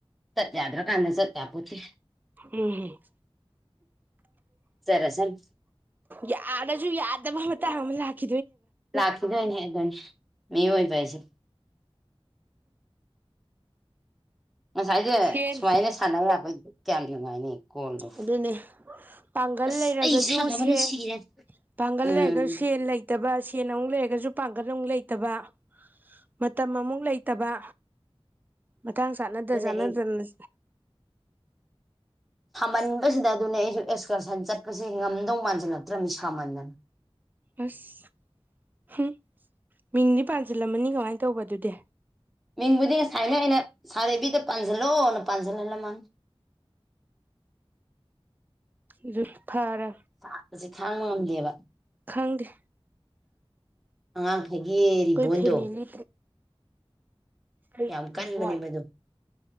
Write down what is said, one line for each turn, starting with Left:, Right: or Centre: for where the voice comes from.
Centre: ꯆꯠ ꯌꯥꯗ꯭ꯔꯀꯥꯟꯗ ꯆꯠꯌꯥꯄꯣꯠꯇꯦ
Right: ꯑꯝ
Centre: ꯆꯠꯂꯁꯅꯨ
Right: ꯌꯥꯔꯁꯨ ꯌꯥꯗꯕ ꯃꯇꯥꯡ ꯑꯃ ꯂꯥꯛꯈꯤ
Centre: ꯂꯥꯛꯈꯤꯗꯣꯏꯅꯦ ꯑꯗꯨꯅꯦ ꯃꯤꯌꯣꯏꯕ ꯍꯖꯦ ꯉꯁꯥꯏꯗꯤ
Right: ꯁꯦꯟ
Centre: ꯁꯨꯃꯥꯏꯅ ꯁꯥꯟꯅ ꯌꯥꯕꯣꯢꯗꯤ ꯀ꯭ꯌꯥꯝ ꯅꯨꯡꯉꯥꯏꯅꯤ ꯀꯣꯜꯗꯣ
Right: ꯑꯗꯨꯅꯦ ꯄꯥꯡꯒꯜ
Centre: ꯑꯁ
Right: ꯂꯩꯔꯒꯁꯨ
Centre: ꯑꯩ ꯁꯥꯟꯅꯕꯅ
Right: ꯁꯦꯜ
Centre: ꯁꯤꯔꯦ
Right: ꯄꯥꯡꯒꯜ
Centre: ꯎꯝ
Right: ꯂꯩꯔꯒꯁꯨ ꯁꯦꯟ ꯂꯩꯇꯕ ꯁꯦꯟ ꯑꯃꯨꯛ ꯂꯩꯔꯒꯁꯨ ꯄꯥꯡ ꯒꯜ ꯑꯃꯨꯛ ꯂꯩꯇꯕ ꯃꯇꯝ ꯑꯃꯨꯛ ꯂꯩꯇꯕ ꯃꯇꯥꯡ ꯆꯥꯅꯗ
Centre: ꯑꯗꯨꯅꯦ
Right: ꯆꯥꯟꯅꯗꯅ
Centre: ꯑꯩ ꯃꯟꯕꯁꯤꯗ ꯑꯗꯨꯅꯦ ꯑꯩꯁꯨ ꯑꯦꯛꯁꯀꯔꯁꯟ ꯆꯠꯄꯁꯦ ꯉꯝꯗꯧ ꯃꯥꯟꯖꯤꯜꯂꯛꯇ꯭ꯔꯝ ꯁꯥꯃꯟꯗꯅ
Right: ꯑꯁ ꯎꯝ ꯃꯤꯡꯗꯤ ꯄꯥꯟꯁꯤꯜꯂꯝꯃꯅꯤ ꯀꯃꯥꯏ ꯇꯧꯕ ꯑꯗꯨꯗꯤ
Centre: ꯃꯤꯡꯕꯨꯗꯤ ꯉꯁꯥꯏꯅ ꯑꯩꯅ ꯁꯥꯔ ꯔꯦꯕꯤꯗ ꯄꯥꯟꯁꯤꯜꯂꯣꯅ ꯄꯥꯟꯁꯤꯜꯍꯜꯂꯝꯃꯃꯤ
Right: <inaudible> ꯑꯗꯨ ꯐꯔꯦ
Centre: ꯁꯥꯕꯁꯦ ꯈꯥꯡꯕ ꯉꯝꯗꯦꯕ
Right: ꯈꯪꯗꯦ
Centre: ꯑꯉꯥꯡ ꯉꯁꯥꯢꯒꯤ
Right: ꯑꯩꯈꯣꯏ
Centre: ꯔꯤꯚꯣꯟꯗꯣ
Right: ꯐꯦꯃꯤꯂꯤ ꯀꯩ
Centre: ꯌꯥꯝ ꯀꯟꯕꯅꯤ
Right: ꯔꯤꯕꯣꯟ
Centre: ꯃꯗꯨ